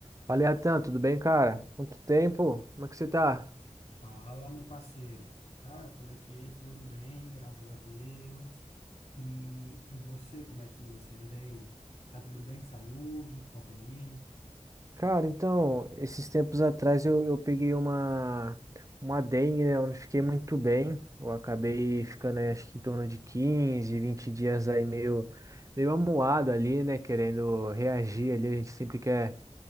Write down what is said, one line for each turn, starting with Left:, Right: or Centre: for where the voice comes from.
Right: Fala, Atan, tudo bem, cara? Quanto tempo? Como é que você tá?
Left: Fala, meu parceiro. Cara, por aqui tudo bem, graças a Deus. E, e você, como é que você anda aí? Tá tudo bem de saúde, com a família?
Right: Cara, então, esses tempos atrás eu, eu peguei uma, uma dengue, né? Eu não fiquei muito bem. Eu acabei ficando, aí, acho que em torno de 15, 20 dias aí meio, meio amuado ali, né? Querendo reagir ali. A gente sempre quer,